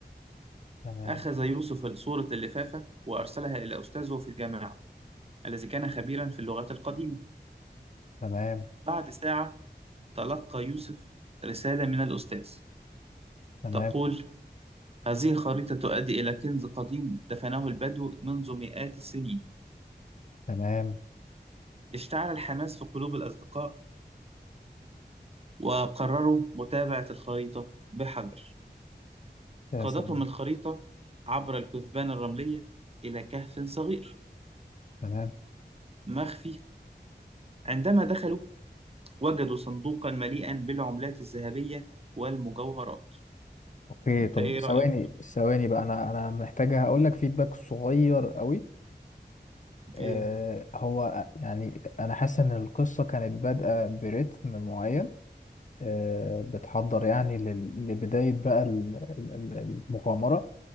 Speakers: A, on the left; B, on the right.
A: تمام
B: أخذ يوسف صورة اللفافة وأرسلها إلى أستاذه في الجامعة الذي كان خبيرا في اللغات القديمة
A: تمام
B: بعد ساعة تلقى يوسف رسالة من الأستاذ
A: تمام
B: تقول هذه الخريطة تؤدي إلى كنز قديم دفنه البدو منذ مئات السنين
A: تمام
B: اشتعل الحماس في قلوب الأصدقاء وقرروا متابعة الخريطة بحذر
A: يا
B: قادتهم
A: سلام
B: الخريطة عبر الكثبان الرملية إلى كهف صغير
A: تمام
B: مخفي عندما دخلوا وجدوا صندوقا مليئا بالعملات الذهبية والمجوهرات
A: اوكي
B: انت
A: طب
B: ايه
A: ثواني
B: رأيك؟
A: ثواني بقى انا انا محتاجه هقول لك فيدباك صغير قوي آه
B: ايه
A: هو يعني انا حاسس ان القصه كانت بادئه برتم معين آه بتحضر يعني لل- لبدايه بقى ال- ال- ال- المغامره